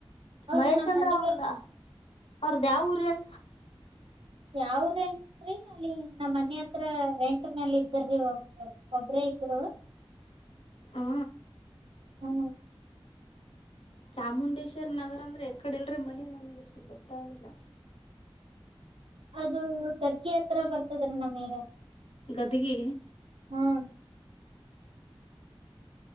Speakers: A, on the right; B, on the left.
A: ಅವ್ರ
B: ಮಹೇಶ್
A: ನಮ್
B: ಅಂದ್ರಾವ
A: ಮನಿ ಬಲ್ಲಿ
B: ಒಂದ ಅವ್ರದ್ದ ಯಾವ ಊರು ಹೇಳ
A: ಯಾವುರ ೀ ಅಲ್ಲಿ ನಮ್ಮ್ ಮನೆ ಹತ್ರ ರೆಂಟ್ ಮೇಲ್ ಇದ್ದ್ರಿ ಒ ಒಬ್ರೇ ಇದ್ರು
B: ಹ
A: ಹ್ಮ
B: ಚಾಮುಂಡೇಶ್ವರಿ ನಗರ ಅಂದ್ರೆ ಎಕಡೆ ಇಲ್ರ ಮನ ನನಗೆ ಎಷ್ಟು ಗೊತ್ತಾಗಲಿಲ್ಲ
A: ಅದು ಗದಗೆ ಹತ್ರತ್ರ ಬರ್ತದ್ರೀ ನಮಗೆ
B: ಗದಗೆ
A: ಹ್ಮ್